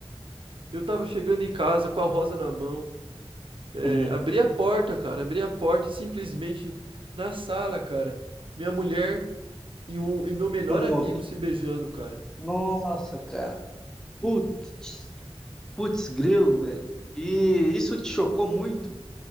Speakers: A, on the right (about 55°); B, in the centre.
A: Eu tava chegando em casa com a rosa na mão. É,
B: um
A: abri a porta, cara, abri a porta simplesmente na sala, cara. Minha mulher e, o, e meu melhor
B: com
A: amigo
B: o outro?
A: se beijando, cara.
B: Nossa, cara. Putz, putz grilo, velho. E isso te chocou muito?